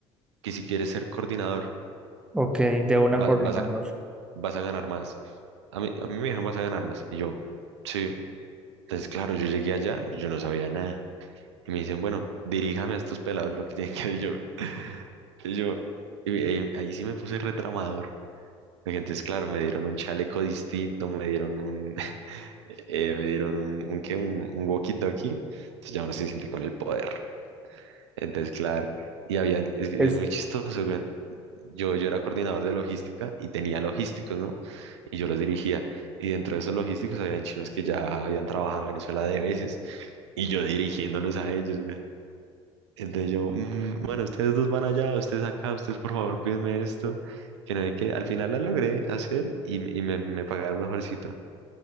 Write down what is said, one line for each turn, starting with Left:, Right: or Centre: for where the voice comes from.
Right: que si quieres ser coordinador,
Centre: Ok, de una
Right: va-
Centre: coordinador.
Right: vas a, vas a ganar más. A mí, a mí me dijeron, vas a ganar más. Y yo, sí. Entonces, claro, yo llegué allá y yo no sabía nada. Y me dicen, bueno, diríjame a estos pelados lo que tienen que hacer. Y yo, <laughs> y yo, y ahí, ahí sí me puse retramador. Porque entonces, claro, me dieron un chaleco distinto, me dieron un, <laughs> eh, me dieron un, un ¿qué? Un, un walkie-talkie. Entonces ya uno se siente con el poder. Entonces, claro, y habían, es, que
Centre: Es
Right: es muy chistoso, weón. Yo, yo era coordinador de logística y tenía logísticos, ¿no? Y yo los dirigía. Y dentro de esos logísticos habían chinos que ya habían trabajado en Venezuela de veces. Y yo dirigiéndolos a ellos, entonces yo, "Mm, bueno, ustedes dos van allá, ustedes acá, ustedes por favor cuídenme esto, que no hay que, al final la logré hacer y, m- y me, me pagaron mejorcito,